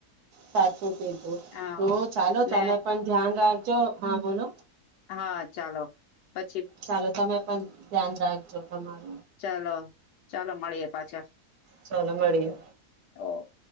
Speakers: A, on the right; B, on the left.
A: સાચું કધું
B: હા
A: તો ચાલો તમે
B: ને
A: પણ ધ્યાન રાખ જો હા બોલો.
B: હા ચાલો. પછી
A: ચાલો તમે પણ ધ્યાન રાખજો. તમાર
B: ચાલો ચાલો મળીએે પાછા.
A: ચલો મળડી.
B: ઓ